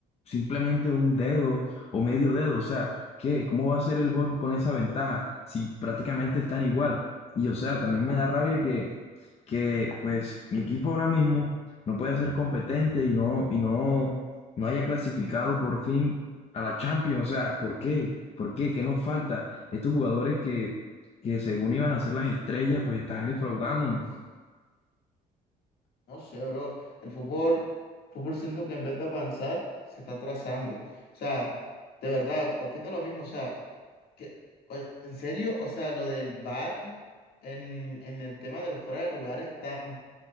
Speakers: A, on the left; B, on the left.
A: simplemente un dedo o medio dedo? O sea, ¿qué? ¿Cómo va a ser el gol con esa ventaja si prácticamente están igual? Y o sea, también me da rabia que que pues mi equipo ahora mismo no puede ser competente y no, y no, no haya clasificado por fin a la Champions. O sea, ¿por qué? ¿Por qué? ¿Qué nos falta? Estos jugadores que, que según iban a ser las estrellas, pues están defraudándonos.
B: No sé, bro, el fútbol, fútbol siento que en vez de avanzar, se está atrasando. O sea, de verdad, opino lo mismo, o sea, que- o- ¿En serio? O sea, lo del bar en, en el tema de los fuera de lugar es tan,